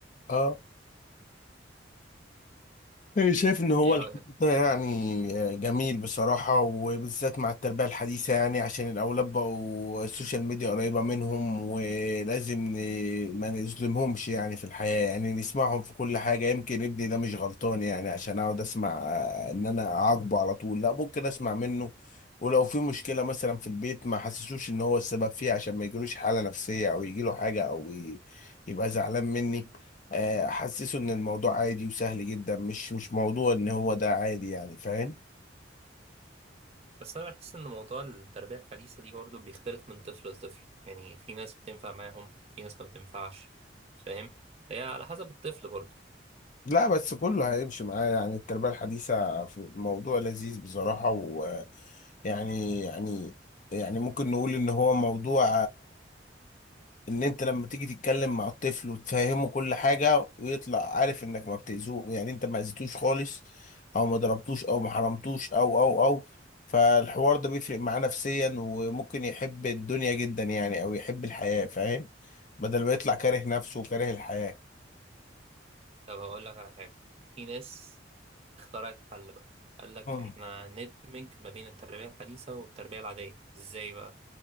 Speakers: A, on the left (about 45°); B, on the right (about 35°).
A: آه إيه، شايف ان هو
B: ايه
A: الحوار
B: رايك
A: ده يعني جميل بصراحة وبالذات مع التربية الحديثة يعني عشان الاولاد بقوا السوشيال ميديا قريبة منهم ولازم ن- ما نظلمهمش يعني في الحياة يعني نسمعهم في كل حاجة يمكن ابني ده مش غلطان يعني عشان اقعد اسمع آه، ان انا اعاقبه على طول لا ممكن اسمع منه ولو في مشكلة مثلا في البيت ما حسسوش ان هو السبب فيها عشان ما يجيلوش حالة نفسية او يجيله حاجة او ي- يبقى زعلان مني آه، احسسه ان الموضوع عادي وسهل جدا مش مش موضوع ان هو ده عادي يعني فاهم
B: بس انا بحس ان موضوع التربيه الحديثه دي برضه بيختلف من طفل لطفل يعني في ناس بتنفع معاهم في ناس ما بتنفعش فاهم هي على حسب الطفل برضه
A: لا بس كله هيمشي معاه يعني التربية الحديثة في موضوع لذيذ بصراحة و يعني يعني يعني ممكن نقول ان هو موضوع ان انت لما تيجي تتكلم مع الطفل وتفهمه كل حاجة ويطلع عارف انك ما بتأذوه يعني انت ما أذيتوش خالص او ما ضربتوش او ما حرمتوش او او او فالحوار ده بيفرق معاه نفسيا وممكن يحب الدنيا جدا يعني او يحب الحياة فاهم بدل ما يطلع كاره نفسه وكاره الحياة
B: طب هقول لك على حاجه في ناس اخترعت حل بقى قال لك
A: مم.
B: احنا ندمج ما بين التربية الحديثة والتربية العادية ازاي بقى